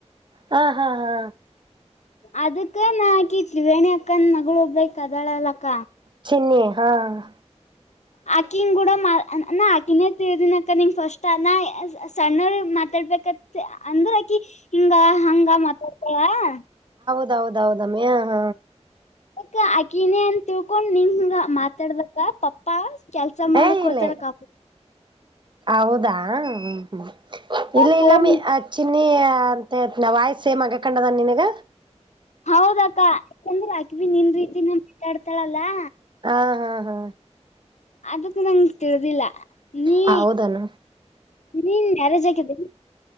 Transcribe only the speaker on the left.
ಅದಕ್ಕ ನಾ ಹಾಕಿ ತ್ರಿವೇಣಿ ಅಕ್ಕನ್ ಮಗಳು ಒಬ್ಬೇಕ ಅದಾಳಲ್ಲಕ್ಕ
ಆಕಿಂಗ ಕೂಡ ನಾ ಆಕಿನೇ ತಿ್ದಿನಕ ನಿಂಗ ಫಸ್ಟ್ ನ ಸಣ್ಣತ ಹೇಳ್ಬೇಕ ಅಂದ್ರಕಿ ಹಿಂಗ ಹಂಗ ಮಾತಾಡ್ತಾರ
ಅಕ್ಕ ಆಕಿನೇ ಅಂತ ತಿಳ್ಕೊಂಡ್ ನಿಂಗಂಗ ಮಾತಾಡ್ಬೇಕಕ್ಕ ಪಪ್ಪಾ ಕೆಲ್ಸ ಮಾಡಕ್
ಹೋತಾರಕ್ಕ
ಫೋನ್
ಹೌದಕ್ಕ ಯಾಕಂದ್ರೆ ಅಕಬ ನಿನ್ ರೀತಿನ ಮಾತಾಡ್ತಾಳಲ್ಲಾ
ಅದಕ್ಕ ನಂಗ ತಿಳ್ದಿಲ್ಲ ನೀ
ನೀನ್ ಮ್ಯಾರೇಜ್ ಆಗಿದೆನು